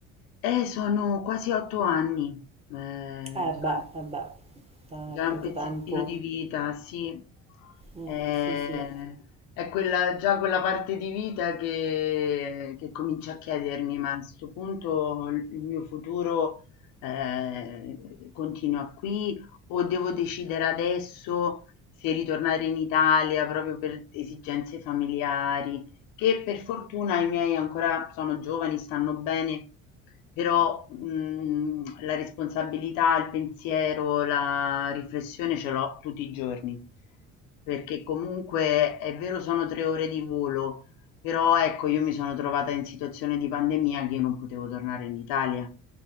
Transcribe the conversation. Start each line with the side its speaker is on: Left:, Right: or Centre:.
Left: Eh, sono quasi 8 anni, eh,
Right: Eh
Left: già,
Right: beh, eh beh, eh,
Left: già
Right: tanto
Left: un pezzettino
Right: tempo.
Left: di vita, sì.
Right: Mm,
Left: Eh,
Right: sì, sì.
Left: è quella, già quella parte di vita che, che comincia a chiedermi, ma a questo punto il il mio futuro eh, continua qui o devo decidere adesso se ritornare in Italia proprio per esigenze familiari, che per fortuna i miei ancora sono giovani, stanno bene Però, mhmm, la responsabilità, il pensiero, la riflessione ce l'ho tutti i giorni, perché comunque è vero sono 3 ore di volo, però ecco io mi sono trovata in situazione di pandemia che io non potevo tornare in Italia.